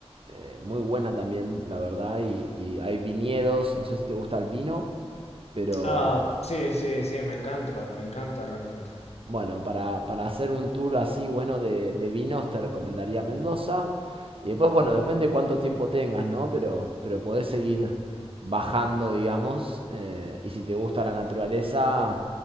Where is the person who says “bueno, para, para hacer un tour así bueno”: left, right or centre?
Right